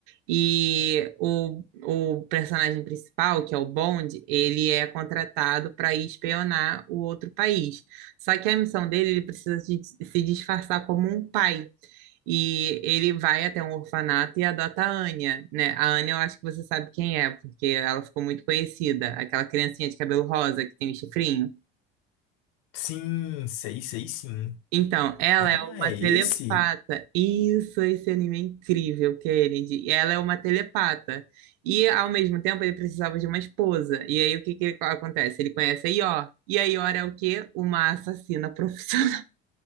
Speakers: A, on the right; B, on the left.
A: E o, o personagem principal, que é o Bond, ele é contratado para ir espionar o outro país. Só que a missão dele, ele precisa de- se disfarçar como um pai. E ele vai até um orfanato e adota a Anya, né? A Anya eu acho que você sabe quem é, porque ela ficou muito conhecida, aquela criancinha de cabelo rosa que tem o chifrinho.
B: Sim, sei, sei sim.
A: Então, ela
B: Ah,
A: é uma
B: é
A: telepata.
B: esse?
A: Isso, esse anime é incrível, Kennedy. Ela é uma telepata. E, ao mesmo tempo, ele precisava de uma esposa. E aí, o que que ele- acontece? Ele conhece a Ior. E a Ior é o quê? Uma assassina profissional.